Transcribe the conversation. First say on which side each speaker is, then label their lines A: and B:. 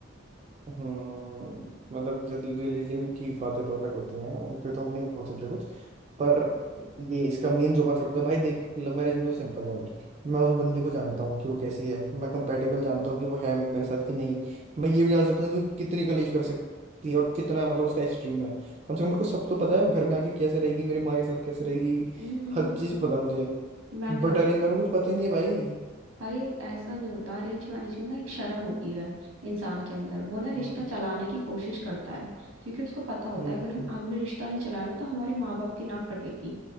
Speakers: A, on the right; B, on the right.
A: हम्म मतलब रिलीजन की बातें तो अलग होती हैं उन पे तो हम नहीं बोल सकते कुछ पर ये इसका मेन जो कॉन्सेप्ट था भाई देख लव मैरिज में तो सिंपल है भाई मैं उस बंदी को जानता हूँ कि वो कैसी है मैं कंपेटेबल जानता हूँ कि वो है मेरे साथ कि नहीं मैं ये भी जान सकता हूँ कि वो कितनी कलेश कर सकती है और कितना मतलब उसका एक्सट्रीम है कम से कम मेरे को सब तो पता है वो घर में आके कैसे रहेगी मेरी माँ के साथ कैसे रहेगी
B: हम्म हम्म
A: हर
B: हम्म
A: चीज़
B: हम्म।
A: पता है मुझे
B: मैं
A: बट
B: बताती
A: अरेंज मैरिज
B: हूँ
A: में कुछ पता ही नहीं है भाई
B: भाई ऐसा नहीं होता अरेंज मैरिज में ना एक शर्म होती है इंसान के अंदर वो ना रिश्ता
A: हम्म
B: चलाने की कोशिश करता है क्योंकि उसको पता होता
A: हम्म
B: है अगर हमने रिश्ता नहीं चलाया ना तो हमारे माँ बाप की नाक कटेगी